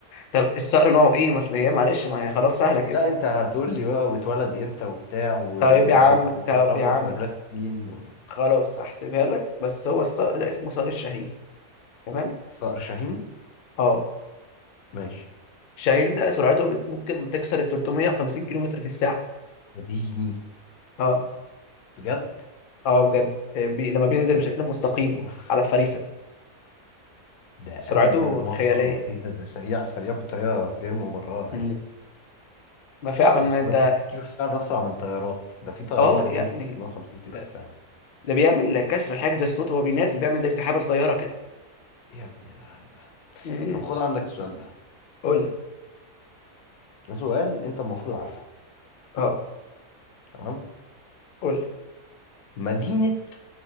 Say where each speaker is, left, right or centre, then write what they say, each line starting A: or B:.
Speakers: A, on the left (about 85°); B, on the left (about 75°).
A: طب الصقر نوعه إيه؟ ما أصل هي معلش ما هي خلاص سهلة كده
B: لا انت هتقول لي بقى واتولد امتى وبتاع و-
A: طيب
B: ولو
A: يا عم طب
B: اتربى
A: يا عم
B: في مدرسة مين و...
A: خلاص هحسبها لك بس هو الصقر ده اسمه صقر الشاهين تمام
B: صقر شاهين
A: اه
B: ماشي
A: الشاهين ده سرعته بت... ممكن بتكسر ال 350 كيلومتر في الساعة
B: مديني
A: اه
B: بجد
A: اه بجد آه، بي... لما بينزل
B: ده
A: بشكل مستقيم
B: اوف
A: على الفريسة
B: ده
A: سرعته
B: اول مرة
A: خيالية
B: ايه ده ده سريع سريع بطريقة غير مبررة
A: مم.
B: يعني
A: ما فعلا
B: 350
A: انت
B: كيلو في الساعة ده اسرع من طيارات ده في طيارات
A: اه
B: بتمشي
A: يا ابني
B: 350 كيلو
A: ده
B: في الساعة
A: ده بيعمل كسر حاجز الصوت وهو بينازل بيعمل زي سحابة صغيرة كده
B: يا ابن اللعيبة
A: امم
B: طب خد عندك السؤال ده
A: قول لي
B: ده سؤال انت المفروض عارفه
A: اه
B: تمام
A: قول لي
B: مدينة